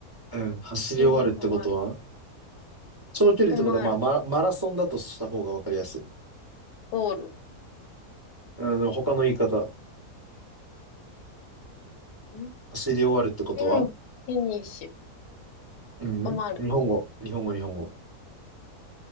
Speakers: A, on the right; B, on the left.
A: うん、走り終わるってことは
B: 走り終わる。
A: 長距離ってことは、
B: 止まる。
A: まあ、マ、マラソンだとした方がわかりやすい。
B: ゴール。
A: うん、でも他の言い方。
B: んフ
A: 走り終わるってことは
B: ィニフィニッシ
A: うん、
B: ュ。止まる。
A: 日本語、日本語、日本語。